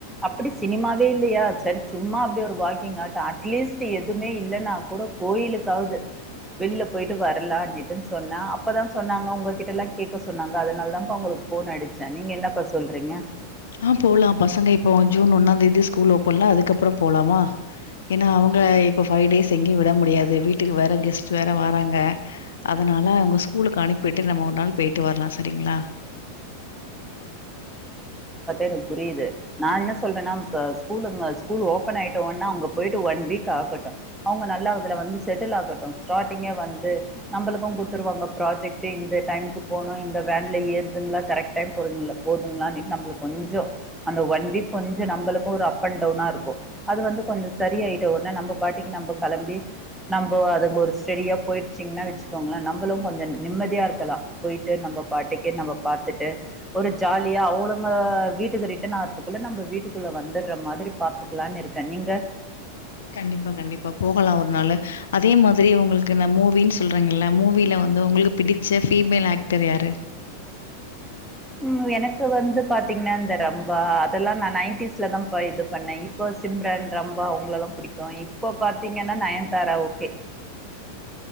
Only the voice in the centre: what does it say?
அப்டி சினிமாவே இல்லயா சரி சும்மா அப்டியே ஒரு வாக்கிங் அட் அட்லீஸ்ட் எதுமே இல்லனா குட கோயிலுக்காவ்து வெளில பொயிட்டு வரலா அப்டின்டுனு சொன்னா அப்தா சொன்னாங்க ஒங்ககிட்டலா கேக்க சொன்னாங்க அதனாலதாபா ஒங்ளுக்கு ஃபோன் அடிடுச்சே நீங்க என்னப்பா சொல்றீங்க
உ எனக்கு புரியுது நா என்ன சொல்றேனா இப்ப ஸ்கூல் இங்க ஸ்கூல் ஓபன் ஆயிடோனா அங்க பொய்ட்டு ஒன் வீக் ஆகட்டு அவங்க நல்லா அதுல வந்து செட்டில் ஆகட்டு ஸ்டார்டிங்கே வந்து நம்ளுக்கு குடுத்துருவாங்க ப்ராஜெக்டு இந்த டைமுக்கு போனு இந்த வேன்ல ஏறுதுங்ளா கரெக்ட் <unintelligible> போதுங்களா நம்ளுக்கு கொஞ்சோ அந்த வண்டி கொஞ்சோ நம்ளுக்கு ஒரு அப் அண்ட் டவுனா இருக்கு அது வந்து கொஞ்சோ சரி ஆய்ட்டோனே நம்ப பாட்டிக்கு நம்ப கெளம்பி நம்ம அதுங்க ஒரு ஸ்டெடியா பொயிருச்சீங்கனா வச்சுக்கோங்ளே நம்பளு கொஞ்சோ நிம்மதியா இருக்கலா பொயிட்டு நம் ப பாட்டுக்குே நம்ப பாத்துட் டு ஒரு ஜாலியா அவுங்களம வீட்டுக்கு ரிட்டன் ஆறதுக்குள்ள நம்ப வீட்டுக்குள்ள வந்திட்ற மாதிரி பாத் துகலானு இருக்கே நீங்க
ம் எனக்கு வந்து பாத்தீங்ன்னா இந்த ரம்பா அதெல்லா நா நைன்டிஸ்ல தா இது பண்ணே இப்போ சிம்ரன் ரொம்ப அவங்களலா புடிக்கு இப்ப பாத்தீங்கன்னா நயன்தாரா ஓகே